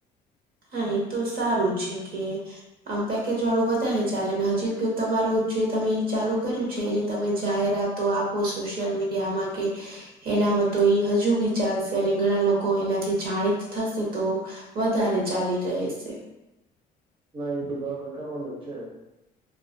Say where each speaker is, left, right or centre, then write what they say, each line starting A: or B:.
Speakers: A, on the right; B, on the right.
A: હા એ તો સારું છે કે આમ પેકેજ વાળું વધારે ચાલે ને હજી તમારું જે તમે ચાલુ કર્યું છે એની તમે જાહેરાત તો આપો સોશિયલ મીડિયામાં કે એનામાં તો ઈ હજુ બી ચાલશે અને ઘણા લોકો એનાથી જાણીત થશે તો વધારે ચાલી રહે છે.
B: નઈ એ બધું આગળ કરવાનું જ છે.